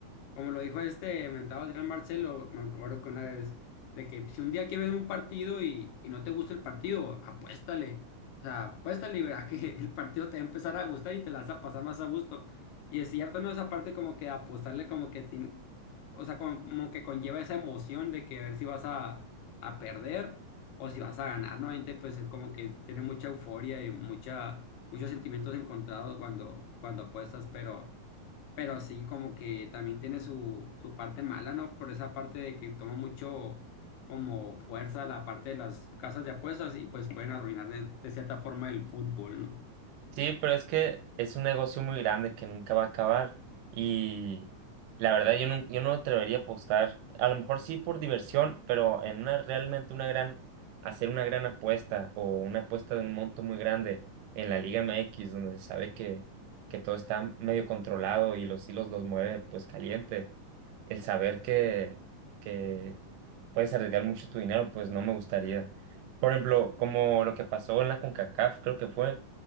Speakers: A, on the left; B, on the right.
A: como lo dijo este mentado Adrián Marcelo, me acuerdo que una vez, de que si un día quieres un partido y, y no te gusta el partido, apuéstale. O sea, apuéstale y verás que <laughs> el partido te va a empezar a gustar y te la vas a pasar más a gusto. Y es cierto, ¿no? Esa parte como que apostarle como que tiene, o sea, como, como que conlleva esa emoción de que a ver si vas a, a perder o si vas a ganar, ¿no? Gente, pues es como que tiene mucha euforia y mucha, muchos sentimientos encontrados cuando, cuando apuestas, pero... Pero sí, como que también tiene su, su parte mala, ¿no? Por esa parte de que toma mucho como fuerza la parte de las casas de apuestas y pues pueden arruinar de, de cierta forma el fútbol, ¿no?
B: Sí, pero es que es un negocio muy grande que nunca va a acabar y la verdad yo no, yo no me atrevería a apostar, a lo mejor sí por diversión, pero en una realmente una gran, hacer una gran apuesta o una apuesta de un monto muy grande en la Liga MX donde se sabe que, que todo está medio controlado y los hilos los mueve pues caliente, el saber que, que puedes arriesgar mucho tu dinero pues no me gustaría. Por ejemplo, como lo que pasó en la CONCACAF creo que fue